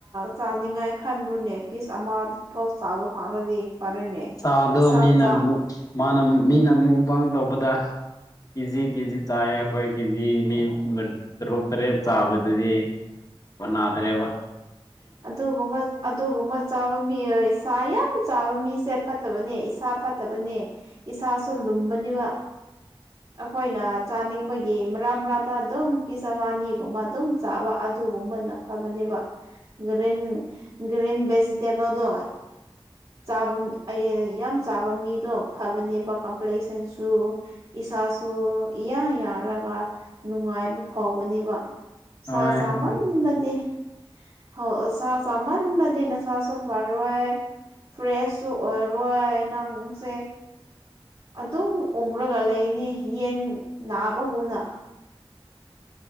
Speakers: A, on the right; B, on the left.
A: ꯆꯥꯅꯤꯡꯉꯥꯏ ꯈꯟꯂꯨꯅꯦ ꯄꯤꯁ ꯑꯃꯐꯥꯎ ꯆꯥꯕ ꯐꯥꯂꯗꯤ ꯐꯔꯦꯅꯦ
B: ꯆꯥꯗꯣ
A: ꯁꯥ
B: ꯃꯤꯅ
A: ꯆꯥ
B: ꯑꯃꯨꯛ ꯃꯥꯅ ꯃꯤꯅ ꯃꯨꯛꯕꯥ ꯇꯧꯕꯗ ꯀꯦꯖꯤ ꯀꯦꯖꯤ ꯇꯥꯏ ꯑꯩꯈꯣꯏ ꯀꯦꯖꯤ ꯃꯤ ꯇꯔꯨꯇ꯭ꯔꯦ ꯆꯥꯕꯗꯨꯗꯤ ꯅꯥꯗ꯭ꯔꯦꯕ
A: ꯑꯗꯨꯒꯨꯝꯕ ꯑꯗꯨꯒꯨꯝꯕ ꯆꯥꯕ ꯃꯤ ꯏꯁꯥ ꯌꯥꯝ ꯆꯥꯕ ꯃꯤꯁꯦ ꯐꯠꯇꯕꯅꯦ ꯏꯁꯥ ꯐꯠꯇꯕꯅꯦ ꯏꯁꯥꯁꯨ ꯂꯨꯝꯕꯅꯤꯕ
B: <inaudible>
A: ꯑꯩꯈꯣꯏꯅ ꯆꯥꯅꯤꯡꯕꯒꯤ ꯃꯔꯥ ꯃꯔꯥꯇꯥ ꯑꯗꯨꯝ ꯄꯤꯁ ꯑꯅꯤꯒꯨꯝꯕ ꯑꯗꯨꯝ ꯆꯥꯕ ꯑꯗꯨꯒꯨꯝꯕꯅ ꯐꯕꯅꯦꯕ ꯒ꯭ꯔꯤꯟ ꯒ꯭ꯔꯤꯟ ꯚꯦꯖꯤꯇꯦꯕꯜꯗꯣ ꯆꯥꯕꯝ ꯑꯩ ꯌꯥꯝ ꯆꯥꯕ ꯃꯤꯗꯣ ꯐꯕꯅꯦꯕ ꯀꯝꯄ꯭ꯂꯦꯛꯁꯟꯁꯨ ꯏꯁꯥꯁꯨ ꯏꯌꯥ ꯌꯥꯔꯒ ꯅꯨꯡꯉꯥꯏꯕ ꯐꯥꯎꯕꯅꯦꯕ ꯁꯥ
B: ꯍꯣꯏ
A: ꯆꯃꯥꯟ
B: ꯑꯗꯨ
A: ꯅꯗꯤ ꯍꯣ ꯑꯣ ꯁꯥ ꯆꯃꯟꯅꯗꯤ ꯅꯁꯥꯁꯨ ꯐꯔꯣꯏ ꯐ꯭ꯔꯦꯁꯁꯨ ꯑꯣꯏꯔꯔꯣꯏ ꯅꯪꯁꯦ ꯑꯗꯨꯝ ꯎꯪꯔꯒ ꯂꯩꯅꯤ ꯌꯦꯟ ꯅꯥꯕꯒꯨꯝꯅ